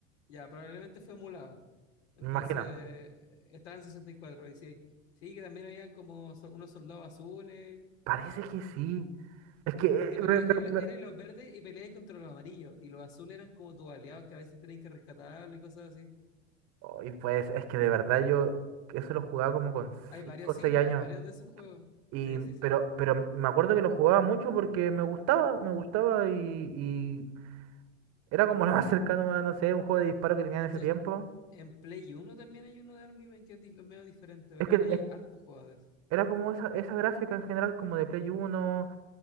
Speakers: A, on the left (about 60°); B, on the right (about 45°).
A: Ya, probablemente fue emulado. Entonces,
B: me imagino.
A: eh, estaba en 64. Y cuatro. Y sí, sí, que también habían como so- unos soldados azules.
B: Parece que sí. Es que eh,
A: Porque pelea,
B: me-
A: er-
B: me- me-
A: erais los verdes y peleáis contra los amarillos. Y los azules eran como tus aliados que a veces tenéis que rescatarlo y cosas así.
B: Ay, pues, es que de verdad yo eso lo jugaba como con
A: Hay
B: 5
A: varios,
B: o
A: sí,
B: 6
A: hay
B: años.
A: varios de esos juegos.
B: Y,
A: Sí, sí, sí.
B: pero, pero me acuerdo que lo jugaba mucho porque me gustaba, me gustaba y, y era como <laughs> lo más cercano a, no sé, un juego de disparo que tenía
A: De
B: en
A: hecho,
B: ese tiempo.
A: En Play uno también hay uno de Army Men que es, dif- es medio diferente, pero
B: Es que
A: hay
B: es-
A: hartos juegos de eso.
B: era como esa, esa gráfica en general, como de Play 1,